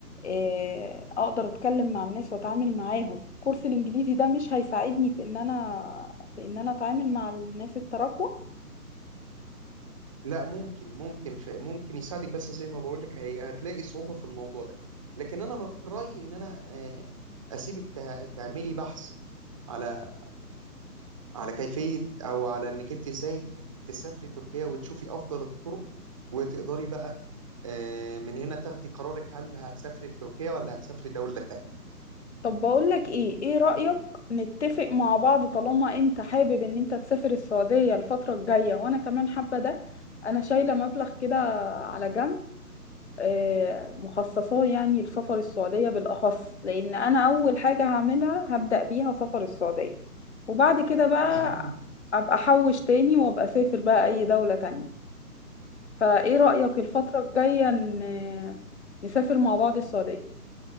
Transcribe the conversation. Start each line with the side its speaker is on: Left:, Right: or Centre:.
Left: آه اقدر اتكلم مع الناس واتعامل معاهم كورس الانجليزي ده مش هيساعدني في ان انا في ان انا اتعامل مع الناس التراكوة
Right: لا ممكن ممكن ف... ممكن يساعدك بس زي ما بقول لك هي هتلاقي صعوبة في الموضوع ده لكن انا من رأيي ان انا آه، اسيبك تع- تعملي بحث على على كيفية او على انك انت ازاي تسافري تركيا وتشوفي افضل الطرق وتقدري بقى آه، من هنا تاخدي قرارك هل هتسافري تركيا ولا هتسافري دولة تانية
Left: طب بقولك ايه ايه رأيك نتفق مع بعض طالما انت حابب ان انت تسافر السعودية الفترة الجاية وانا كمان حابة ده انا شايلة مبلغ كده على جنب آه، مخصصاه يعني لسفر السعودية بالأخص لأن أنا أول حاجة هعملها هبدأ بيها سفر السعودية وبعد كده بقى
Right: أكيد
Left: أبقى أحوش تاني وأبقى أسافر بقى أي دولة تانية فإيه رأيك الفترة الجاية ن- نسافر مع بعض السعودية